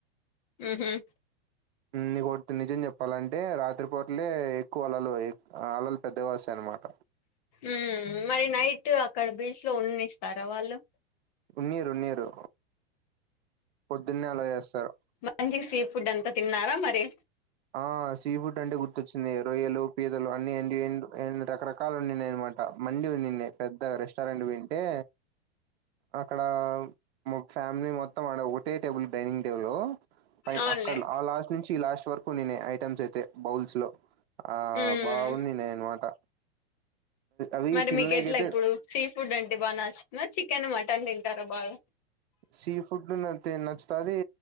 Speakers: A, on the left (about 35°); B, on the right (about 70°).
A: హూ హమ్
B: నీ కొ నిజం చెప్పాలంటే రాత్రిపూటలే ఎక్కువ అలలు ఆ అలలు పెద్దగొస్తయి అనమాట
A: ఉం మరి నైట్ అక్కడ బీచ్ లో ఉండనిస్తార వాళ్ళు
B: ఉన్నీరు ఉన్నీరు పొద్దున్నే అలో చేస్తారు
A: మంచిగా సీ ఫుడ్ అంతా తిన్నారా మరి
B: ఆ సీ ఫుడ్ అంటే గుర్తొచ్చింది రొయ్యలు పీదలు అన్ని అ <unintelligible> రకరకాలు ఉయనమాట మండి ఉండింది పెద్ద రెస్టారెంట్ వింటే అక్కడ మా ఫ్యామిలీ మొత్తం ఆడ ఒకటే టేబుల్ డైనింగ్ టేబుల్ అయి
A: అవునులే
B: అక్కడ ఆ లాస్ట్ నుంచి ఈ లాస్ట్ వరకు నేనే ఐటమ్స్ అయితే బౌల్స్ లో ఆ
A: ఉమ్
B: బాగుంది నే అనమాట అవి
A: మరి
B: తినలేకైతే
A: మీకు ఎట్ల ఇప్పుడు? సీ ఫుడ్ అంటే బాగా నచ్చుతుందా, చికెన్, మటన్ తింటారా బాగా
B: సీ ఫుడ్ నథి నచ్చుతాది